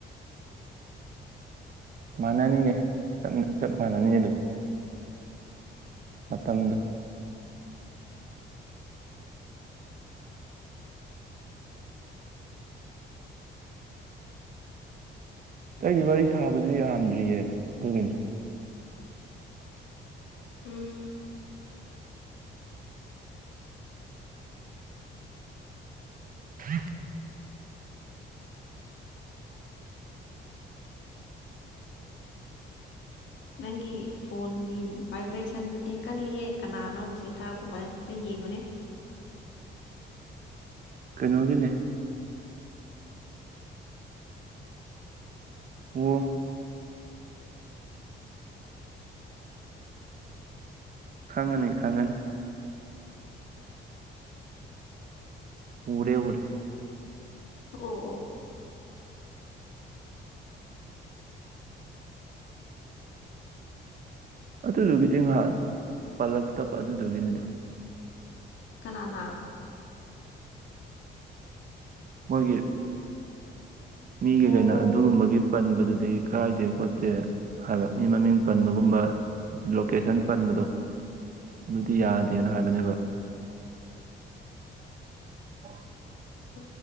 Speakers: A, on the right; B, on the left.
A: ꯃꯥꯟꯅꯅꯤꯅꯦ ꯆꯞ ꯃꯥꯟꯅꯅꯤꯅꯦ ꯑꯗꯨ ꯃꯇꯝꯗꯣ ꯑꯩꯗꯤ ꯋꯥꯔꯤ ꯁꯥꯕꯗꯨ ꯌꯥꯝꯗ꯭ꯔꯤꯌꯦ ꯑꯗꯨꯒꯤꯅꯦ
B: ꯎꯝ
A: ꯍ
B: ꯅꯪꯒꯤ ꯐꯣꯟꯒꯤ ꯚꯥꯏꯕ꯭ꯔꯦꯁꯟꯗꯨꯗꯤ ꯀꯜꯂꯍꯦ ꯀꯅꯥꯅꯣꯁꯦ ꯊꯥꯔꯛ ꯀꯃꯠꯇ ꯌꯦꯡꯉꯣꯅꯦ
A: ꯀꯩꯅꯣꯒꯤꯅꯦ ꯋꯥ ꯈꯪꯉꯅꯤ ꯈꯪꯉꯅꯤ ꯎꯔꯦ ꯎꯔꯦ
B: ꯑꯣ ꯑꯣ
A: ꯑꯗꯨꯗꯨꯒꯤꯗꯤ ꯉꯍꯥꯟ ꯄꯥꯜꯂꯛ ꯇꯞꯄ ꯑꯗꯨꯗꯨꯒꯤꯅꯤꯗ
B: ꯀꯅꯥꯅ
A: ꯃꯣꯏꯒꯤ ꯃꯤꯒꯤ
B: ꯑꯣ
A: ꯀꯩꯅꯣ ꯑꯗꯨꯒꯨꯝꯕꯒꯤ ꯄꯟꯕꯗꯨ ꯑꯗꯤ ꯀꯥꯏꯗꯦ ꯈꯣꯠꯇꯦ ꯍꯥꯏꯕ ꯃꯤ ꯃꯃꯤꯡ ꯄꯟꯕꯒꯨꯝꯕ ꯂꯣꯀꯦꯁꯟ ꯄꯟꯕꯗꯣ ꯑꯗꯨꯗꯤ ꯌꯥꯗꯦꯅ ꯍꯥꯏꯕꯅꯦꯕ ꯎ
B: ꯑ